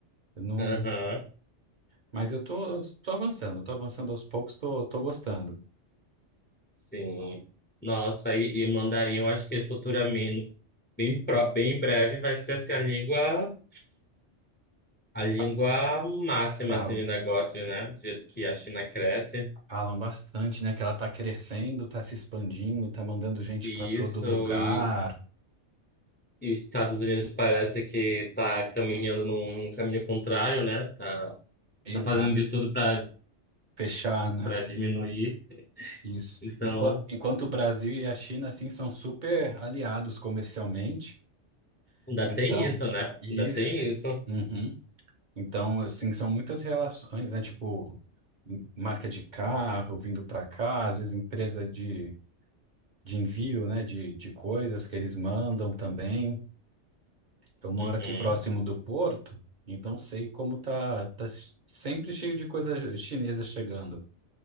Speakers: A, on the right (about 45°); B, on the left (about 15°).
A: eu não.
B: Aham,
A: Mas eu tô, tô avançando, tô avançando aos poucos, tô, tô gostando.
B: sim. Nossa, e, e mandarim, eu acho que futuramente, bem, pro- bem em breve, vai ser assim, a língua, a língua
A: Fa-
B: máxima
A: Fala.
B: assim, de negócio, né? Do jeito que a China cresce.
A: Falam bastante, né? Que ela tá crescendo, tá se expandindo, tá mandando gente
B: E
A: pra todo
B: isso,
A: lugar.
B: e, e os Estados Unidos parece que está caminhando num, num caminho contrário, né? Tá,
A: Exato.
B: tá fazendo de tudo para
A: Fechar, né?
B: para diminuir.
A: Isso.
B: Então,
A: Enqua- Enquanto, o Brasil e a China, assim, são super aliados comercialmente.
B: ainda
A: Então,
B: tem isso, né?
A: isso.
B: Ainda tem isso.
A: Uhum. Então, assim, são muitas relações, né? Tipo, m- marca de carro vindo para cá, às vezes empresa de, de envio, né? De, de coisas que eles mandam também. Eu moro
B: Uhum.
A: aqui próximo do porto, então sei como tá, tá sempre cheio de coisa chinesa chegando.